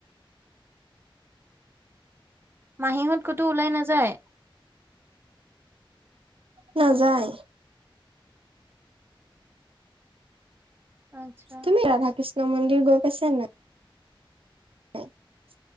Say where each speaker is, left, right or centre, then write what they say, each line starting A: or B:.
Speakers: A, on the right; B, on the right.
A: মাহীহঁতৰ ক'তো ওলাই নাযায়
B: নাযায়।
A: আচ্ছা
B: তুমি ৰাধাকৃষ্ণ মন্দিৰ গৈ পাইছা নাই <inaudible>